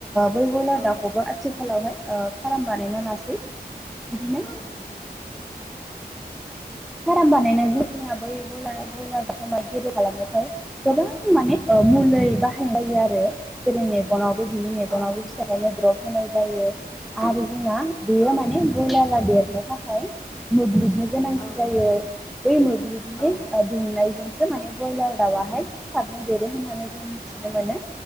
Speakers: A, in the centre; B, on the left.
A: बै ब्रयलार
B: औ
A: दाउखौबो आथिखालावहाय ओ फार्म बानायना लासै। बिदिनो
B: औ नंगौ।
A: फार्म बानायनाय ज
B: औ
A: जोंना बै ब्रयलार ब्रयलारखाय गेदिर खालामनोफ्राय गोबां माने औ मुलै बाहायनाय जायो आरो जेरै मेगनाव बो बिनि मेगनाव
B: औ मुलि
A: फिसाफोरनो द्रप
B: औ
A: होनाय जायो आरो जोंना बेयो
B: औ
A: माने बयलारा देरनो थाखाय मोब्लिबनि। गोनांथि
B: औ
A: जायो बै मोब्लिबनि
B: औ
A: ओ दुंनायजोंसो माने ब्रयलार दाउआहाय थाबनो देर गोन होननानै जों मिथिनो मोनो